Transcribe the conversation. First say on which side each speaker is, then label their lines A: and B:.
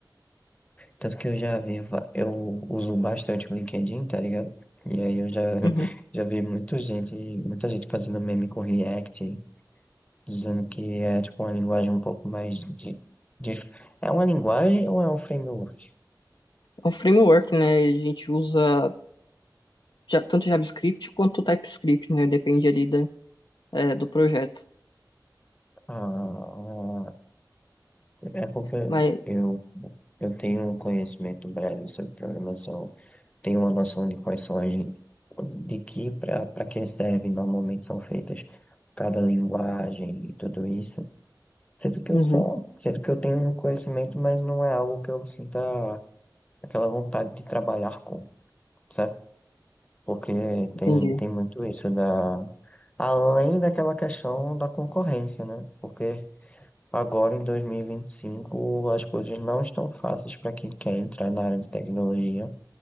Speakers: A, on the left (about 15°); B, on the left (about 75°).
A: Tanto que eu já vi, va- eu uso bastante o LinkedIn, tá ligado? E aí eu já, <laughs>
B: Uhum.
A: já vi muita gente, muita gente fazendo meme com React, dizendo que é tipo uma linguagem um pouco mais de, de- É uma linguagem ou é um framework?
B: É um framework, né, a gente usa ja- tanto JavaScript quanto TypeScript, né? Depende ali da, é, do projeto.
A: Ah, é porque
B: Mas,
A: eu, eu tenho um conhecimento breve sobre programação, tenho uma noção de quais são as, de que para para que servem normalmente são feitas cada linguagem e tudo isso. Sendo que
B: uhum,
A: eu só, sendo que eu tenho um conhecimento, mas não é algo que eu sinta aquela vontade de trabalhar com, sabe? Porque tem,
B: entendi.
A: tem muito isso da Além daquela questão da concorrência, né? Porque agora em 2025 as coisas não estão fáceis para quem quer entrar na área de tecnologia